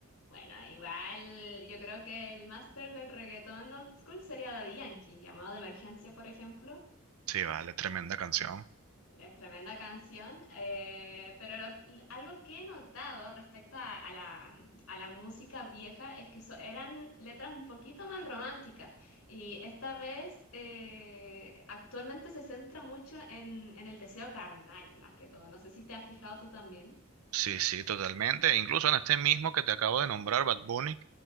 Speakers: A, on the left; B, on the right.
A: Bueno, igual yo creo que el máster del reggaetón old school sería Daddy Yankee, llamado de emergencia, por ejemplo.
B: Sí, vale, tremenda canción.
A: Es tremenda canción, eh, pero lo- l- algo que he notado respecto a, a la, a la música vieja es que so- eran letras un poquito más románticas y esta vez eh, actualmente se centra mucho en, en el deseo carnal, más que todo. No sé si te has fijado tú también.
B: Sí, sí, totalmente. Incluso en este mismo que te acabo de nombrar, Bad Bunny,